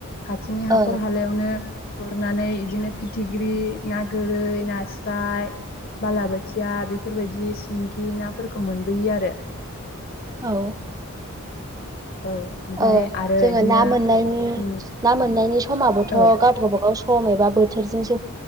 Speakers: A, on the left; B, on the right.
A: खाथिनि हाखर
B: औ
A: हालायावनो गुरनानै इदिनो फिथिग्रि ना गोरै नास्राय बालाबोथिया बेफोरबायदि सिंगि नाफोरखौ मोनबोयो आरो।
B: औ
A: औ ओमफाय
B: ओ
A: आरो
B: जोङो
A: इदिनो
B: ना मोननायनि
A: उम
B: ना मोननायनि समाबोथ'
A: औ
B: गाब गाबागाव सम एबा बोथ थोरजों सो